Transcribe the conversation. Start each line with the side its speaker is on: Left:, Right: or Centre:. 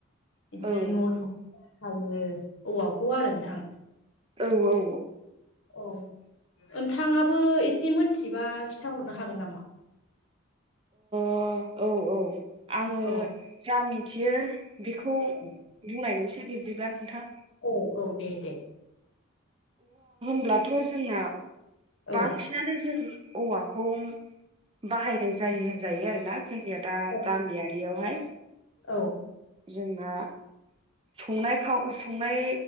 Left: बिदिनो
Right: औ
Left: न' लुनो बाहायो औवाखौ आरो नोंथां
Right: औ औ
Left: औ नोंथाङाबो एसे मोनथियोबा खिथाहरनो हागोन नामा
Right: ओ औ औ आङो
Left: औ
Right: जा मिथियो बेखौ
Left: औ
Right: बुंनायनि से बिबदिब्ला नोंथां
Left: औ औ दे दे
Right: ब्लाथ' जोंना
Left: औ
Right: बांसिनानो जों औवाखौ बाहायनाय जायो होनजायो आरोना जोंनिया दा
Left: औ
Right: गामियारियाव हाय
Left: औ
Right: जोंना संनाय खाव संनाय